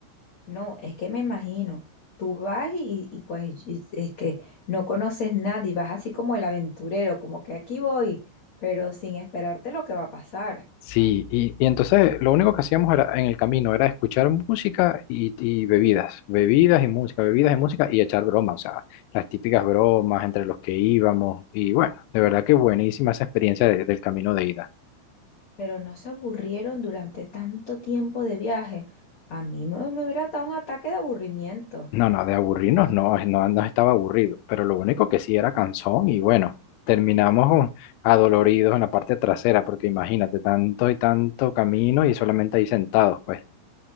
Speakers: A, on the left; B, on the left.
A: No, es que me imagino. Tú vas y, y pues y- es que no conoces nadie, vas así como el aventurero, como que aquí voy, pero sin esperarte lo que va a pasar.
B: Sí, y, y entonces lo único que hacíamos era, en el camino era escuchar música y, y bebidas, bebidas y música, bebidas y música y echar bromas, o sea, las típicas bromas entre los que íbamos y bueno, de verdad que buenísima esa experiencia de- del camino de ida.
A: Pero no se aburrieron durante tanto tiempo de viaje. A mí me, me hubiera dado un ataque de aburrimiento.
B: No, no, de aburrirnos no, no, no estaba aburrido, pero lo único que sí era cansón y bueno, terminamos con- adoloridos en la parte trasera porque imagínate, tanto y tanto camino y solamente ahí sentados, pues.